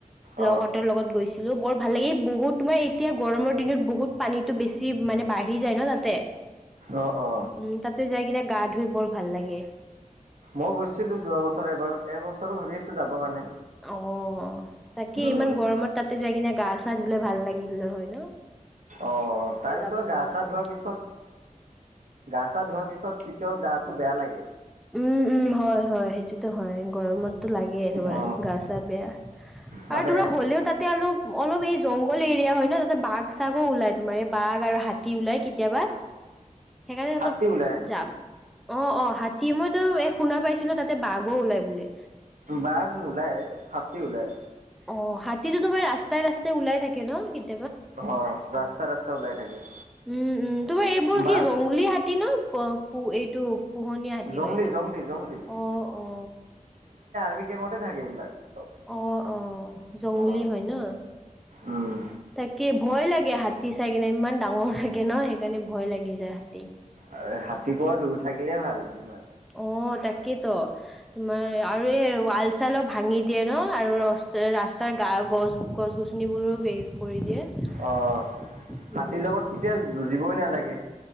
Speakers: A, in the centre; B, on the right.
A: লগতৰ
B: অ
A: লগত গৈছিলো বৰ। ভাল লাগ এই বহুত তোমাৰ এতিয়া গৰমৰ দিনত বহুত পানীটো বেছি মানে বাঢ়ি যায় ন তাতে।
B: অ অ অ
A: উম তাতে যাই কিনে গা ধুই বৰ ভাল লাগে।
B: মই গৈছিলো যোৱা বছৰ এব এবছৰো ভাবি আছো যাব কাৰণে।
A: অ তাকে
B: উম
A: ইমান গৰমত তাতে যাই কিনে গা চা ধুলে ভাল লাগিল ন হয় ন।
B: অ
A: তাতে
B: তাৰপিছত
A: যাব
B: গা
A: মন
B: চা
A: আছে
B: ধোৱাৰ পিছত গা চা ধোৱা। তাৰ পিছত তেতিয়াও গাটো বেয়া লাগে।
A: উম উম। হয় হয় সেইটোতো হয় গৰমততো লাগেই তোমাৰ
B: অ
A: গা চা বেয়া।
B: মানে
A: আৰু তোৰা হ'লেও তাতে অলপ অলপ এই জংঘল এৰিয়া হয় ন। বাঘ চাগো ওলাই তোমাৰ এই বাঘ আৰু হাতী ওলাই কেতিয়াবা। সেইকাৰণে অলপ
B: হাতী ওলাই
A: যাম অ অ হাতী মইতো। শুনা পাইছিলো তাতে বাঘ ওলাই বুলি।
B: বাঘ নোলায় হাতী ওলাই।
A: অ হাতীতো তোমাৰ ৰাস্তাই ৰাস্তাই ওলাই থাকে ন কিন্তু।
B: অ ৰাস্তা ৰাস্তা ওলাই থাকে।
A: উম উম তোমাৰ এইবোৰ
B: বাঘ
A: কি জংলী হাতী ন প এইটো। পোহনীয়া হাতী
B: জংলী
A: হয় এইটো
B: জংলী জংলী
A: অ অ।
B: তুমি কমতে থাকে এইবিলাক। চব
A: অ অ জংলী
B: অ
A: হয় ন।
B: উম
A: তাকে ভয় লাগে হাতী চাই কিনে ইমান ডাঙৰ লাগে। ন সেইকাৰণে ভয় লাগি যায় হাতী।
B: আৰু হাতীৰপ দূৰ থাকিলে ভাল যিমান।
A: অ তাকেইেতো তোমাৰ। আৰু এই ৱাল চালো ভাঙি দিয়ে ন আৰু ৰাস্তাৰ গা গছ গছ গছ। গছনিবোৰো হে কৰি দিয়ে
B: অ
A: উম
B: হাতীৰ লগত কেতিয়া যুঁজিবই নালাগে